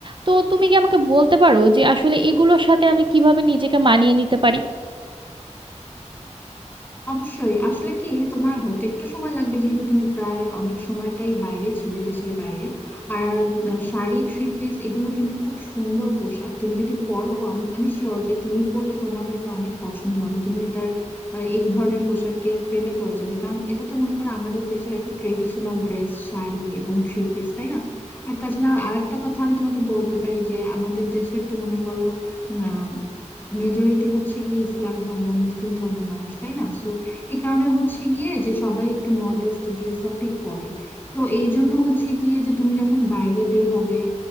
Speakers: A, on the right (about 40°); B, on the left (about 15°).
A: তো তুমি কি আমাকে বলতে পারো যে আসলে এগুলোর সাথে আমি কিভাবে নিজেকে মানিয়ে নিতে পারি
B: অবশ্যই আসলে কি তোমার হয়তো একটু সময় লাগবে যেহেতু তুমি প্রায় অনেক সময়টাই বাইরে ছিলে দেশের বাইরে আর আহ, শাড়ি থ্রি পিস এগুলো কিন্তু খুব সুন্দর পোশাক তুমি যদি পরো আম- আমি শিওর যে তুমি পরলে তোমারও এটা অনেক পছন্দ হবে তুমি এটার আহ, এই ধরনের পোশাকের প্রেমে পড়ে যাবে কারণ এটা তো মনে করো আমাদের দেশের একটা ট্রেডিশনাল ড্রেস শাড়ি এবং থ্রি পিস তাই না আর তাছাড়া আরেকটা কথা আমি তোমাকে বলতে পারি যে আমাদের দেশের তো মনে করো আহ, মেজরিটি হচ্ছে গিয়ে ইসলাম ধর্ম বা মুসলিম ধর্মের মানুষ তাই না তো এই কারণে হচ্ছে গিয়ে যে সবাই একটু মডেস্ট ড্রেস আপই করে তো এই জন্য হচ্ছে গিয়ে যে তুমি যখন বাইরে বের হবে